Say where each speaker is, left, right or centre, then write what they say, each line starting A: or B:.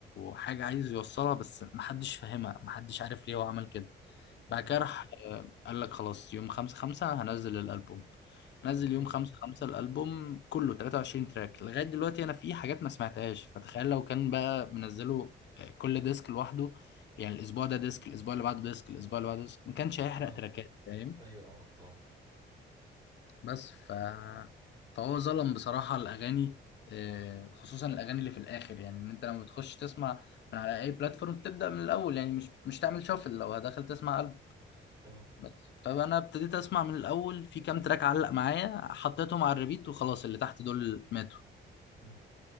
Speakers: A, on the left; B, on the right.
A: حاجة عايز يوصلها بس محدش فاهمها محدش عارف ليه هو عمل كده
B: تمام
A: بعد كده راح قال لك خلاص يوم خمسة خمسة هنزل الألبوم نزل
B: اوكي
A: يوم خمسة خمسة الألبوم كله 23 تراك لغاية دلوقتي أنا في حاجات ما سمعتهاش فتخيل لو كان بقى منزله آه، كل ديسك لوحده يعني الأسبوع ده ديسك الأسبوع اللي بعده ديسك الأسبوع اللي بعده ديسك ما كانش هيحرق
B: اه
A: تراكات فاهم
B: ايوه اه اه
A: بس ف... فهو ظلم بصراحة الأغاني آه، خصوصا الأغاني اللي في الآخر يعني إن أنت لما بتخش تسمع من على أي بلاتفورم تبدأ من الأول يعني مش مش تعمل شافل لو هدخل تسمع
B: اه
A: بس فانا ابتديت اسمع من الاول في كام تراك علق معايا حطيتهم على الريبيت وخلاص اللي تحت دول ماتوا
B: أمم.